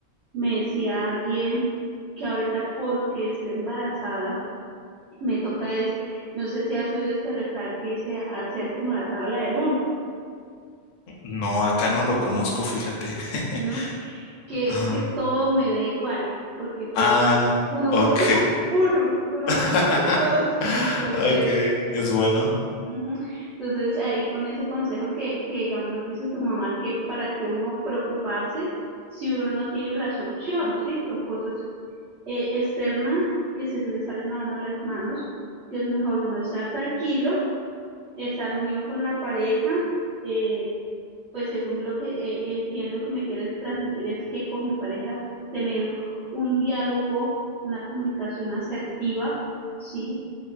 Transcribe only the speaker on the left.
No, acá no lo conozco, fíjate. <laughs>
Ajá.
Ah,
ok.
<laughs>
Ok, es bueno.